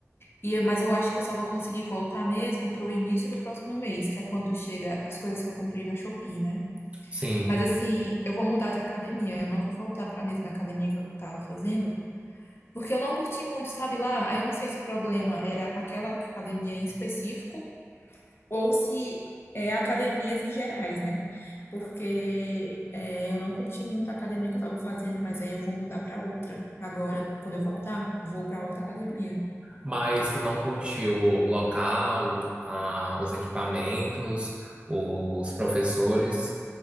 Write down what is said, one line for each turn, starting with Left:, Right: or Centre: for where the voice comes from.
Left: e, mas eu acho que eu só vou conseguir voltar mesmo pro início do próximo mês, que é quando chega as coisas que eu comprei na Shopee, né?
Right: Sim.
Left: Mas assim, eu vou mudar de academia. Eu não vou voltar para a mesma academia que eu estava fazendo, porque eu não curti muito, sabe lá? Aí eu não sei se o problema era aquela academia em específico ou se é academias em gerais, né? Porque é, eu não curti muito a academia que eu estava fazendo, mas aí eu vou mudar para outra. Agora, quando eu voltar, vou para outra academia.
Right: Mas tu não curtiu o local, a- os equipamentos, os professores?